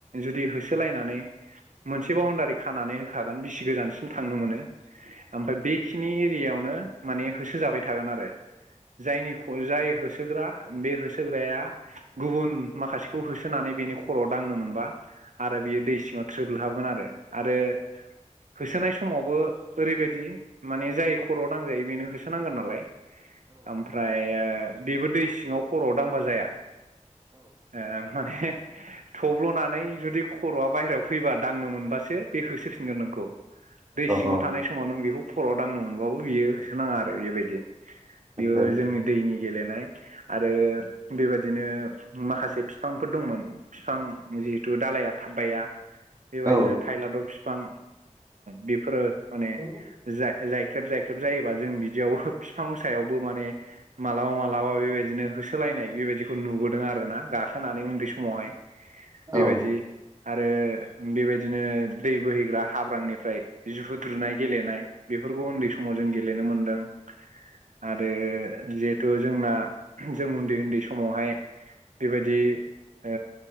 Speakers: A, on the right; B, on the right.
A: जुदि होसोलायनानै मोनसे बाउनडारि खानानै होखागोन बिसि गोजानसिम थांनो मोनो ओमफ्राय बेखिनि एरियायावनो माने होसोजाबाय थागोन आरो जायनिखौ जाय होसोग्रा बे होसो ग्राया गुबुन माखासेखौ होसोनानै बेनि खर'आव दांनो मोनबा आरो बियो दै सिङाव थ थ्रोब हाबगोन आरो-आरो होसोनाय समावबो ओरैबायदि माने जाय खर'आव दांजायो बेनो होसोनांगोन नालाय ओमफ्राय आ बेबो दै सिङाव खर'आव दांबा जाया ओ माने थब्ल'नानै जुदि खर'आ बाहेरायाव फैबा दांनो मोनबासो बे होसोफिनगोन नोंखौ। दै सिङाव
B: औ
A: थानाय समाव नों बेखौ खर'आव दांनो मोनबाबो बियो होसोनाङा आरो ओरैबायदि बेयो
B: आतसा आतसा
A: जोंनि दैनि गेलेनाय आरो बेबायदिनो माखासे बिफांफोर दंमोन बिफां जिहेथु दालाइया थाब बाया बेबायदिनो
B: औ
A: थायलाद' बिफां बेफोरो माने
B: औ
A: जाय-जायख्रेब-जायख्रेब जायो जों बिदियावबो बिफां सायावबो माने मालाबा मालाबा बेबायदिनो होसोलायनाय बेबायदिखौ नुबोदों आरोना गाखोनानै उन्दै समावहाय बेबायदि
B: औ
A: आरो आरो बेबायदिनो दै बोहैग्रा हाब्रांनिफ्राय जुहुद्रुनाय गेलेनाय बेफोरखौ उन्दै समाव जों गेलेनो मोनदों आरो जिहेथु जोंना जों उन्दै-उन्दै सम समावहाय बेबायदि ओ